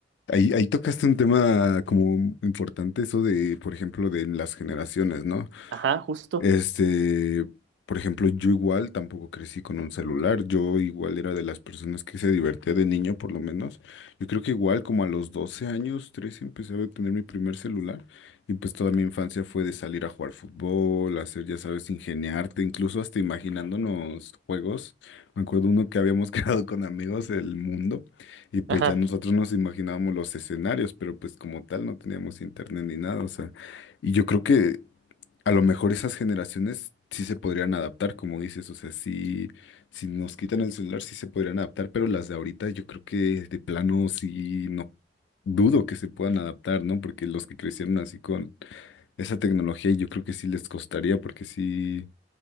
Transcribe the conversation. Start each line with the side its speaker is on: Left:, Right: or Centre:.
Left: ahí, ahí tocaste un tema como importante, eso de, por ejemplo, de las generaciones, ¿no?
Right: ajá, justo,
Left: Este, por ejemplo, yo igual tampoco crecí con un celular, yo igual era de las personas que se divertía de niño por lo menos. Yo creo que igual como a los 12 años, 13 empecé a tener mi primer celular y pues toda mi infancia fue de salir a jugar fútbol, hacer, ya sabes, ingeniarte, incluso hasta imaginándonos juegos. Me acuerdo uno que habíamos <laughs> creado con amigos, el mundo, y pues
Right: ajá,
Left: ya nosotros nos imaginábamos los escenarios, pero pues como tal no teníamos internet ni nada, o sea, y yo creo que... A lo mejor esas generaciones sí se podrían adaptar, como dices, o sea, sí, si nos quitan el celular sí se podrían adaptar, pero las de ahorita yo creo que de plano sí no dudo que se puedan adaptar, ¿no? Porque los que crecieron así con esa tecnología yo creo que sí les costaría, porque sí,